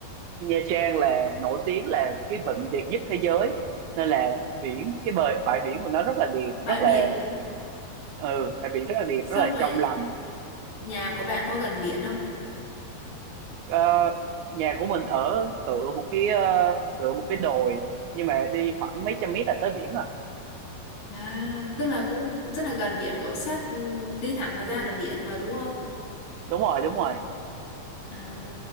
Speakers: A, on the right (about 80°); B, on the left (about 70°).
A: Nha Trang là nổi tiếng là cái vịnh đẹp nhất thế giới. Nên là biển, cái bờ, bãi biển của nó rất là đẹp,
B: Bãi
A: rất là,
B: biển.
A: ừ, bãi biển rất là đẹp,
B: Xong
A: rất là
B: rồi
A: trong lành
B: nhà của bạn có gần biển không?
A: Ờ, nhà của mình ở tựa một cái ờ, tựa một cái đồi nhưng mà đi khoảng mấy trăm mét là tới biển à
B: À, tức là cũng rất là gần biển, cậu sát ừ, đi thẳng là ra là biển mà đúng không?
A: đúng rồi đúng rồi
B: À.